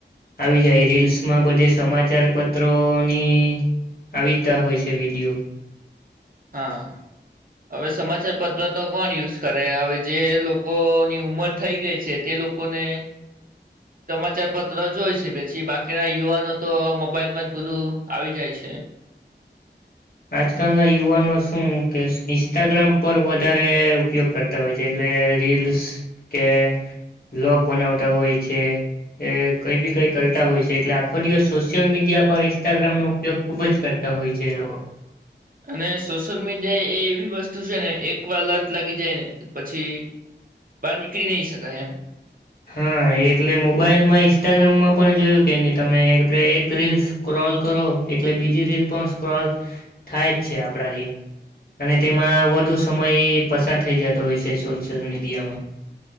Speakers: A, on the left (about 55°); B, on the right (about 50°).
A: આવી જાય રીલ્સમાં બધે સમાચાર પત્ર મિત્રોની આવીતા હોય છે વિડીયો
B: હા, હવે સમાચાર પત્ર તો કોણ યુઝ કરે હવે જે લોકોની ઉંમર થઈ ગઈ છે તે લોકોને સમાચાર પત્ર જોય છે. પછી બાકીના યુવાનો તો મોબાઈલમાં જ બધું આવી જાય છે.
A: આજકાલના યુવાનો શું કે ઇન્સ્ટાગ્રામ પર વધારે ઉપયોગ કરતા હોય છે, એટલે રીલ્સ કે બલોગ બનાવતા હોય છે કે કઈ બી કઈ કરતા હોય છે એટલે આખો દિવસ સોશિયલ મીડિયા પર ઇન્સ્ટાગ્રામનો ઉપયોગ ખુબ જ કરતા હોય છે. એ લોકો
B: અને સોશિયલ મીડિયા એ એવી વસ્તુ છે ને એક વાર લત લાગી જાય ને પછી બહાર નીકળી નહી શકાય એમ
A: હા એટલે મોબાઈલમાં ઈન્સ્ટાગ્રામમાં પણ જોયું કે નહી તમે એક રીલ સ્ક્રોલ કરો એટલે બીજી રીલ પણ સ્ક્રોલ થાય જ છે આપણાથી અને
B: હમ
A: તેમાં વધુ સમય પસાર થઈ જતો હોય છે સોશિયલ મીડિયામાં